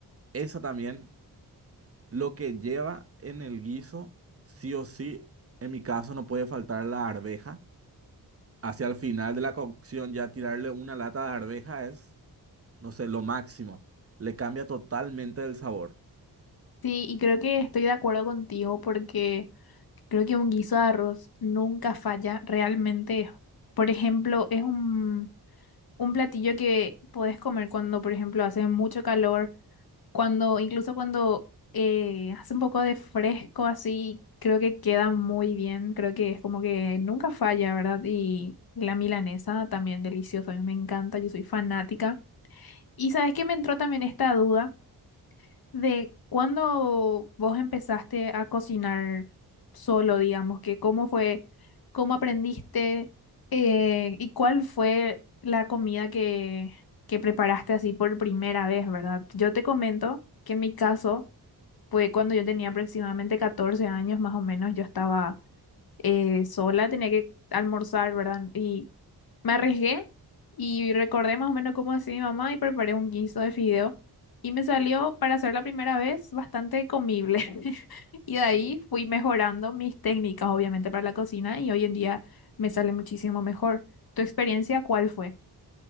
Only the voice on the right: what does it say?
esa también, lo que lleva en el guiso, sí o sí, en mi caso no puede faltar la arveja. Hacia el final de la cocción ya tirarle una lata de arveja es, no sé, lo máximo. Le cambia totalmente el sabor.
Mm.